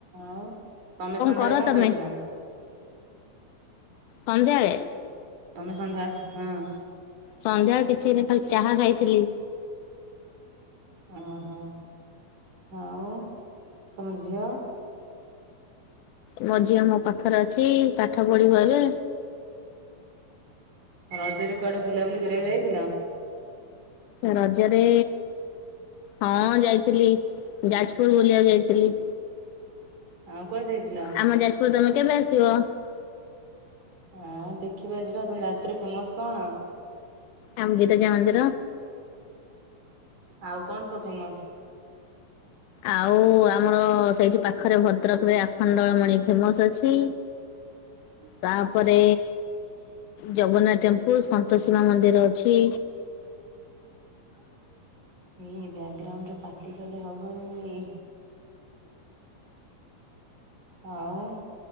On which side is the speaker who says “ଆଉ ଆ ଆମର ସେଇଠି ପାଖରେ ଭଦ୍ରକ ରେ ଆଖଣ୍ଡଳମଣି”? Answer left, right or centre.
Left